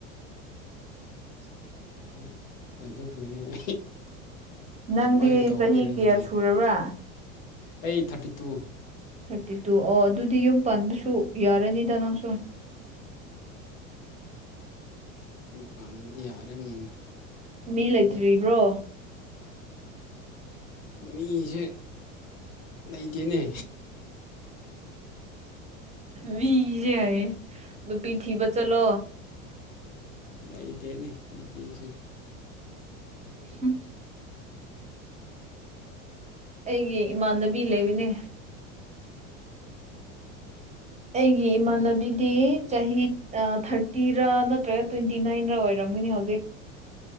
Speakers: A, on the right; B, on the left.
A: <unintelligible>
B: <inaudible> ꯑꯗꯨ ꯒꯣꯏ <unintelligible> ꯑꯗꯨꯃꯥꯏꯅ
A: ꯅꯪꯗꯤ
B: ꯇꯧꯕꯩꯔ
A: ꯆꯍꯤ ꯀꯌꯥ
B: ꯈꯪꯗꯦ
A: ꯁꯨꯔꯕ꯭ꯔꯥ
B: ꯑꯩ ꯊꯥꯔꯇꯤ ꯇꯨ
A: ꯊꯥꯔꯇꯤ ꯇꯨ ꯑꯣ ꯑꯗꯨꯗꯤ ꯌꯨꯝ ꯄꯥꯟꯕꯁꯨ ꯌꯥꯔꯅꯤꯗ ꯅꯪꯁꯨ
B: ꯎꯝ ꯄꯥꯟꯕꯗꯤ ꯌꯥꯔꯦ ꯎꯝ
A: ꯃꯤ ꯂꯩꯇ꯭ꯔꯤꯕ꯭ꯔꯣ
B: ꯃꯤꯁꯦ ꯂꯩꯇꯦꯅꯦ
A: ꯃꯤꯁꯦ ꯍꯥꯏ ꯅꯨꯄꯤ ꯊꯤꯕ ꯆꯠꯂꯣ
B: ꯂꯩꯇꯦꯅꯦ ꯅꯨꯄꯤꯁꯦ
A: ꯎꯝ ꯑꯩꯒꯤ ꯏꯃꯥꯟꯅꯕꯤ ꯂꯩꯕꯅꯦ ꯑꯩꯒꯤ ꯏꯃꯥꯟꯅꯕꯤꯗꯤ ꯆꯍꯤ ꯊꯥꯔꯇꯤꯔ ꯅꯠꯇ꯭ꯔꯒ ꯇ꯭ꯋꯦꯟꯇꯤ ꯅꯥꯏꯟꯔ ꯑꯣꯏꯔꯝꯒꯅꯤ ꯍꯧꯖꯤꯛ